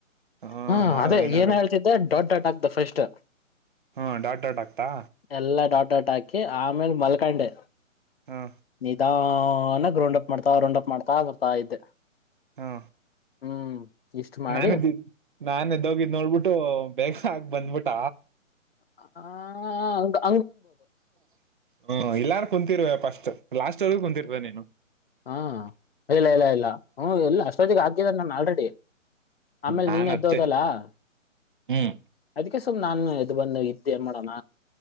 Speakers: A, on the right; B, on the left.
A: ಹಾ
B: ಹ್ಮ್
A: ನೋಡೋಣ
B: ಅದೇ
A: ಏನಾಗುತ್ತೆ
B: ಏನ್ ಹೇಳ್ತಿದ್ದ ಡೊಡ್ ಡಾಡ್ ಆಗ್ತ ಫಸ್ಟ್
A: ಹಾ ಡಾಟ್ ಡಾಟ್ ಆಗ್ತಾ
B: ಎಲ್ಲ ಡಾಟ್ ಡಾಟ್ ಟಾಕಿ ಆಮ ಆಮೇಲೆ ಮಲ್ಕಂಡೆ
A: ಹಾ
B: ನಿಧಾನಕ್ಕ್ ರೌಂಡ್ ಅಪ್ ಮಾಡ್ತಾ ರ್ರೌಂಡ್ ಅಪ್ ಮಾಡ್ತಾ ಬರ್ತ ತ್ತ ಇದ್ದೆ
A: ಹಾ
B: ಹ್ಮ್ ಇಷ್ಟ್ ಮಾಡಿ
A: ನಾನದ ನಾನದ್ದೋಗಿದ್ದ್ ನೋಡ್ಬಿಟ್ಟು ಬಗ ಆಗ ಬಂದ್ಬಿಟ.
B: <unintelligible>
A: ಹ ಎಲ್ಲಾರು ಕುಂತರ್ರುವ ಫಸ್ಟ್ ಲಾಸ್ಟ್ವರ್ಗೂ ಕುಂತಿರ್ಬೇಕ ನೀನು.
B: ಹಾ ಇಲ್ಲ ಇಲ್ಲ ಇಲ್ಲ ಹ್ಮ ಎಲ್ಲ ಅಷ್ಟೊತ್ತಿಗೆ ಹಾಕಿದನೆ ನಾನ ಆಲ್ರೆಡಿ. ಆಮೇಲ್
A: ನಾನ್
B: ನೀನ್ ಎದ್ದೋದಲ್ಲ
A: ಅತ್ತೆ
B: ಅದ
A: ಹ್ಮ್
B: ಅದಕ್ಕೆ ಸುಮ ನಾನು ಎದ್ದ ಬಂದ ಇದ್ದೇ ಮಾಡೋಣ.